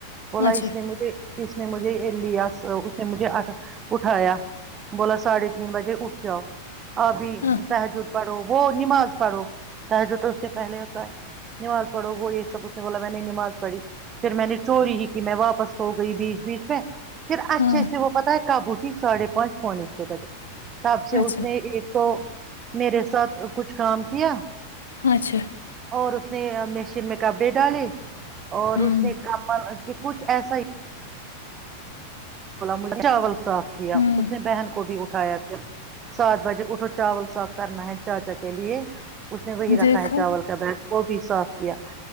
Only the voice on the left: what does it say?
اچھا
ہاں
ہاں
اچھا
اچھا
ہوں
ہوں
دیکھا